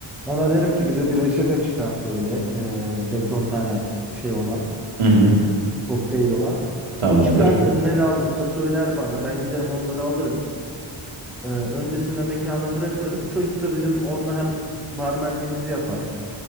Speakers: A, in the centre; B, on the right.
A: Ona derim ki bize bir reçete çıkart böyle. E, 5-10 tane şey olan.
B: Hı hı.
A: Kokteyl olan.
B: Tamamdır.
A: O çıkartır ne lazımsa söyler bana. Ben giderim onları alırım. E, öncesinde mekana bırakırım. O Çocuk da bizim orada hem barmenliğimizi yapar.